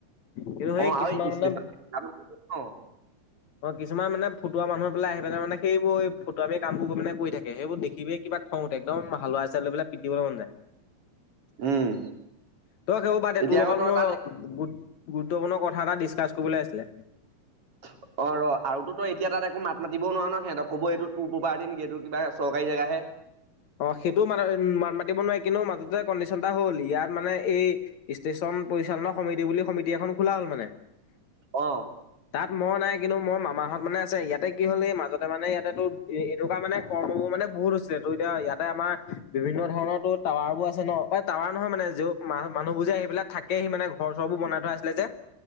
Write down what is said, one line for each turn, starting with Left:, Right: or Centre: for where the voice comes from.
Left: কিন্তু
Right: অ
Left: সেই
Right: আৰু
Left: কিছুমান মানে,
Right: ষ্টেচন অ',
Left: অ', কিছুমান মানে ফুটুৱা মানুহ বোলে আহি পেলাই মানে সেইবোৰ এ ফটুৱামি কামবোৰ মানে কৰি থাকে, সেইবোৰ দেখিবিয়ে কিবা খং উঠতে। একদম হালোৱা এচাৰি লৈ পেলাই পিটিবলে মন যায়।
Right: উম
Left: তই সেইবোৰ বাদ দে,
Right: এতিয়া
Left: তোৰ লগত
Right: আকৌ তই
Left: মই
Right: তাত
Left: গোট-গোট গুৰুত্বপূৰ্ণ কথা এটা ডিচকাচছ কৰিবলৈ আছিলে।
Right: <unintelligible> অ', ৰ আৰু তো তই এতিয়া তাত একো মাত মাতিব নোৱাৰ ন। সিহতক ক'ব এইটো তোৰ প্ৰপাৰটি নেকি, এইটো কিবা চৰকাৰী জেগাহে।
Left: অ', সেইটোও মাত-মাত মাতিব নোৱাৰি। কিন্তু মাজতে কণ্ডিচন এটা হ'ল। ইয়াত মানে এই ষ্টেচন পৰিচালনা সমিতি বুলি সমিতি এখন খোলা হ'ল মানে।
Right: অ
Left: তাত মই নাই। কিন্তু মোৰ মামাহঁত মানে আছে। ইয়াতে কি হ'ল এই মাজ যতে মানে ইয়াতে তো এনেকুৱা মানে কৰ্মবোৰ মানে বহুত হৈছিলে টো অ' ইয়াতে আমাৰ বিভিন্ন ধৰণৰ তো টাৱাৰ বোৰ আছে ন টাৱাৰ নহয় মানে য মান মানুহবোৰ যে সেইবিলাক থাকেহি মানে ঘৰ চৰবোৰ বনাই থোৱা আছিলে যে,